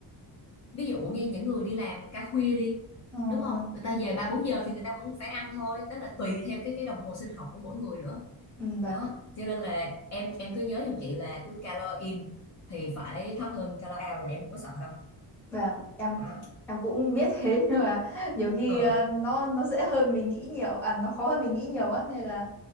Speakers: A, on the left (about 40°); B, in the centre.
A: <clears throat> ví dụ như những người đi làm ca khuya đi
B: ờ
A: đúng không
B: vâng
A: người ta về ba bốn giờ thì người ta vẫn phải ăn thôi đó là tùy theo cái cái đồng hồ sinh học của mỗi người nữa
B: ừ, vâng
A: đó cho nên là em em cứ nhớ giùm chị là cứ calo in thì phải thấp hơn calo out là em không có sợ đâu
B: vâng em
A: đó
B: em cũng biết thế <laughs> nhưng mà nhiều khi
A: Ừ.
B: ờ, nó nó dễ hơn mình nghĩ nhiều à nó khó hơn mình nghĩ nhiều á nên là